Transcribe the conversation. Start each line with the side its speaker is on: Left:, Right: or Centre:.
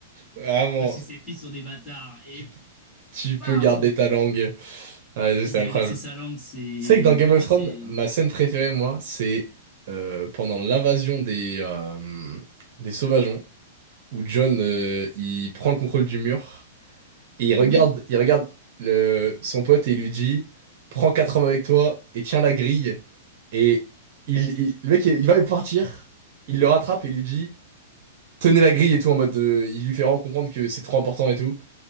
Right: Vraiment,
Centre: Parce que ses fils sont des bâtards. Et
Right: tu, tu peux
Centre: bam!
Right: garder ta langue. Ouais,
Centre: Il
Right: c'est
Centre: lui
Right: incroyable.
Centre: a laissé sa langue. C'est.
Right: Tu sais que dans Game
Centre: Pour
Right: of
Centre: moi,
Right: Thrones,
Centre: c'est.
Right: ma scène préférée, moi, c'est euh, pendant l'invasion des, euh, des Sauvageons, où Jon, euh, il prend le contrôle du mur. Et il regarde,
Centre: Oh oui!
Right: il regarde le, son pote et il lui dit, prends quatre hommes avec toi et tiens la grille. Et il, il- le mec, il, il va partir, il le rattrape et lui dit, tenez la grille et tout, en mode, de- il lui fait vraiment comprendre que c'est trop important et tout.